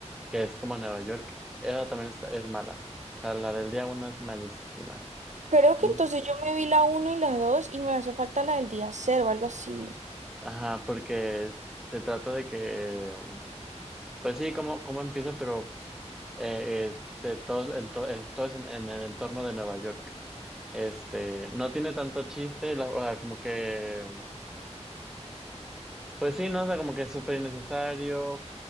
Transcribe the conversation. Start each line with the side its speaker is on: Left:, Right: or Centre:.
Centre: que es como en Nueva York. Esa también está, es mala. O sea, la del día uno es malísima.
Right: Creo que
Centre: Mm.
Right: entonces yo me vi la uno y la 2 y me hace falta la del día cero o algo así.
Centre: Ajá, porque se trata de que, um, pues sí, cómo, cómo empieza, pero eh, eh, se- todo, en to- es, todo es en, en el entorno de Nueva York. Este, no tiene tanto chiste, la, o sea, como que, pues sí, no, o sea, como que es súper innecesario.